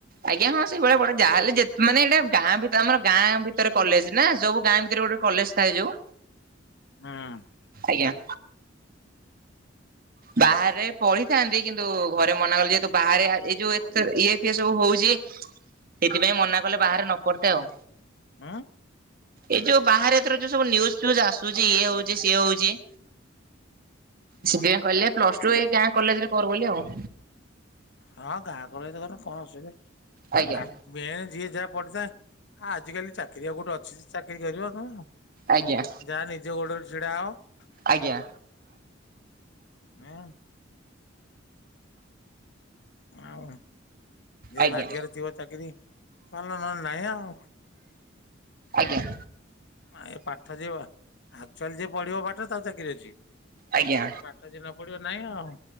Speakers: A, on the right; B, on the left.
A: ଆଜ୍ଞା ହଁ ସେଇଭଳିଆ, ତାହାହେଲେ ଯେ ମାନେ ଇଟା ଗାଁ ଭିତରେ ଆମର ଗାଁ ଭିତ କଲେଜ ନା ସବୁ ଗାଁ ଭିତରେ ଗୋଟେ କଲେଜ ଥାଏ ଯୋଉ,
B: ହୁଁ
A: ଆଜ୍ଞା ବାହାରେ ପଢିଥାନ୍ତି କିନ୍ତୁ ଘରେ ମନା କଲେ ଯେହେତୁ ବାହାରେ ଏଇ ଯୋଉ ଏ ଇଏ ଏ ସବୁ ହଉଛି, ସେଥିପାଇଁ ମନା କଲେ ବାହାରେ ନ ପଡତେ ଆଉ
B: ହୁଁ
A: ଏଇ ଯୋଉ ବାହାରେ ଏଥର ଯୋଉ ସବୁ ନିୟୁଜୁ ଫି୍ୟୁଜୁ ଆସୁଛି ଇଏ ହଉଛି ସିଏ ହଉଛି। ସେଇଆ କହିଲେ ପ୍ଲସ ଟୁ ଏ ଗାଁ କଲେଜରେ କର ବୋଲି ଆଉ।
B: ହଁ ଗାଁ ଗହଳି ରେ କଲେ କଣ ଅସୁବିଧା,
A: ଆଜ୍ଞା
B: ଏ ପାଠ ମେ ଯିଏ ଯାହା ପଢିଥାଏ। ଆଜିକାଲି ଚାକିରିଆ କୋଉଠି ଅଛି ଯେ ଚାକିରି କରିବ ତମେ ଆଉ
A: ଆଜ୍ଞା।
B: ଯାହା ନିଜ ଗୋଡରେ ଛିଡା ହ
A: ଆଜ୍ଞା।
B: ମେ ଆଉ ଯଦି
A: ଆଜ୍ଞା
B: ଭାଗ୍ୟରେ ଥିବ ଚାକିରି କଣ ନହେଲେ ନାଇଁ ଆଉ
A: ଆଜ୍ଞା।
B: ଏ ପାଠ ଯିଏ ଆଚୁଆଲି ଯିଏ ପଢିବ ପାଠ ତାକୁ ଚାକିରି ଅଛି।
A: ଆଜ୍ଞା
B: ଆରେ ପାଠ ଯିଏ ନ ପଢିବ ନାଇଁ ଆଉ